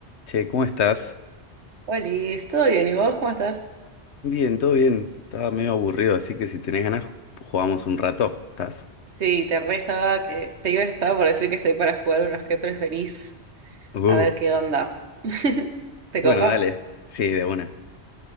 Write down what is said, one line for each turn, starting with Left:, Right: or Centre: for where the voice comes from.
Left: Che, ¿cómo estás?
Right: Hola, ¿todo bien? ¿Y vos cómo estás?
Left: Bien, todo bien. Estaba medio aburrido, así que si tenés ganas, jugamos un rato. ¿Estás?
Right: Sí, te re estaba que te iba estaba por decir que estoy para jugar unos que preferís,
Left: Uh.
Right: a ver qué onda. <laughs> ¿Te
Left: Bueno,
Right: copa?
Left: dale. Sí, de una.